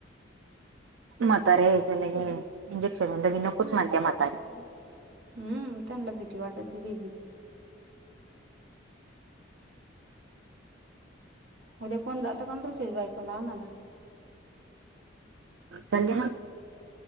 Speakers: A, on the right (about 85°); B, on the right (about 65°).
A: मातारी आईज लगी इंजेक्शन लगे नकुच म्हणतीय म्हातारी.
B: हम. हम्म, त्यांनला भीती वाटती तिची. उद्या कोण जातं कोण रूशाच्या बायकोला आणायला?
A: संग ना?